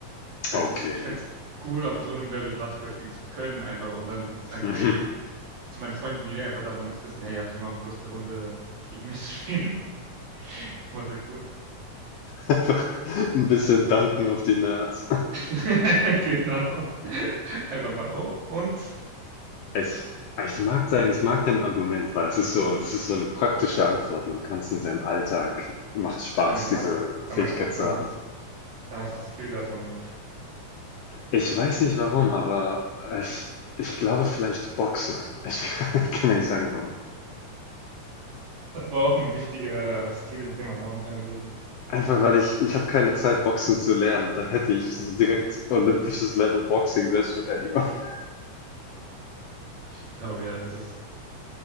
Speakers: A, on the right; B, on the left.
A: Weil
B: Okay.
A: das, ich fände es cool, auf so einem Level Basketball spielen zu können, einfach und dann sagen,
B: <laughs>
A: hey, zu meinen Freunden, die einfach davon nichts wissen, hey, habt ihr mal Lust, eine Runde gegen mich zu spielen? <laughs> Was sagst du?
B: Einfach ein bisschen danken auf die Nerds.
A: <laughs> genau. <laughs> Einfach mal, oh, und
B: Ich ah, ich mag dein ich mag dein Argument, weil es ist so das ist so eine praktische Antwort. Man kann es in seinem Alltag macht Spaß,
A: genau, dann
B: diese
A: hast
B: Fähigkeit
A: danach,
B: zu
A: dann
B: haben.
A: hast dann hast du einen Skill davon noch.
B: Ich weiß nicht warum, aber ich ich glaube vielleicht Boxen. Ich <laughs> ich kann dir nicht sagen warum.
A: Aber auch ein wichtiger Skill, den man haben kann im Leben.
B: Einfach weil ich ich habe keine Zeit, Boxen zu lernen. Dann hätte ich so direkt olympisches Level Boxing, Selbstverteidigung. <laughs>
A: Ich glaube ja, das ist